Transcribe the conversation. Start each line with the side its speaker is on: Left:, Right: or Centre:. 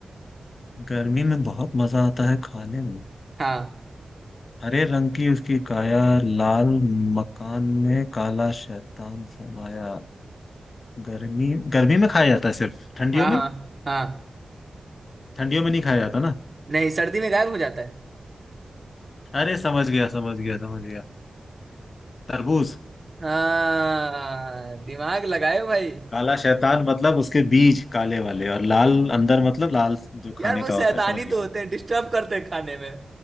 Left: गर्मी में बहुत मजा आता है खाने में
Right: हाँ
Left: हरे रंग की उसकी काया लाल मकान में काला शैतान समाया गर्मी गर्मी में खाया जाता है सिर्फ ठंडियों
Right: हाँ
Left: में
Right: हाँ हाँ
Left: ठंडियों में नहीं खाया जाता ना
Right: नहीं सर्दी में गायब हो जाता है
Left: अरे समझ गया समझ गया समझ गया तरबूज
Right: हाँ दिमाग लगाए हो भाई <laughs>
Left: काला शैतान मतलब उसके बीज काले वाले और लाल अंदर मतलब लाल जो खाने
Right: यार वो
Left: का
Right: शैतानी
Left: होता है समझ गया
Right: तो होते हैं डिस्टर्ब करते हैं खाने में